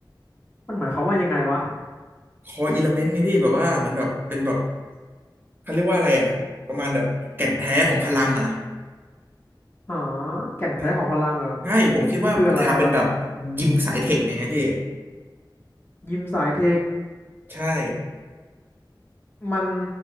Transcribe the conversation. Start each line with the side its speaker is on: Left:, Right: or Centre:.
Left: มันหมายความว่ายังไงวะ
Right: คออิเลเมนต์ไงพี่แบบว่าเหมือนแบบเป็นแบบเขาเรียกว่าอะไรอ่ะประมาณแบบแก่นแท้ของพลังอ่ะ
Left: ฮาแก่นแท้ของพลังเหรอ
Right: เออใช่ผมคิดว่าจะทำเป็นแบบ
Left: คืออะไรวะ
Right: ยิมสายเทคอย่างเงี้ยพี่
Left: ยิมสายเทค
Right: ใช่
Left: มัน